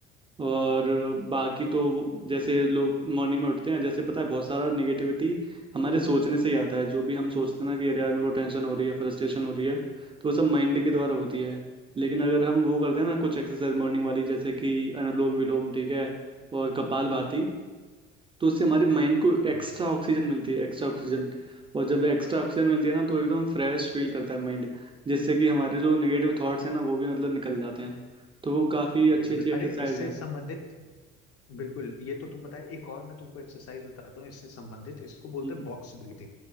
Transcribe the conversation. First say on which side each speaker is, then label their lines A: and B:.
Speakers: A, on the right; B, on the left.
A: और बाकी तो वो- जैसे लोग मॉर्निंग में उठते हैं जैसे पता है बहुत सारा नेगेटिविटी हमारे सोचने से ही आता है जो भी हम सोचते हैं ना कि अरे यार मेरे को टेंशन हो रही है फ्रस्ट्रेशन
B: बिल्कुल
A: हो रही है तो वो सब माइंड के द्वारा होती है लेकिन अगर हम वो करते हैं ना कुछ एक्सरसाइज मॉर्निंग वाली जैसे कि अनुलोम विलोम ठीक है और कपालभाति तो उससे हमारे माइंड को
B: हम्म,
A: एक्स्ट्रा ऑक्सीजन मिलती है एक्स्ट्रा ऑक्सीजन और जब एक्स्ट्रा ऑक्सीजन मिलती है ना तो एकदम फ्रेश फील करता है माइंड जिससे कि हमारे जो नेगेटिव थॉट्स हैं ना वो भी मतलब निकल जाते हैं तो वो काफ़ी अच्छी
B: बिल्कुल।
A: अच्छी एक्सरसाइज
B: अरे इससे संबंधित बिल्कुल ये तो तुम बताए एक और मैं तुमको एक्सरसाइज बताता हूँ इससे संबंधित इसको बोलते
A: हैं
B: हैं बॉक्स ब्रीथिंग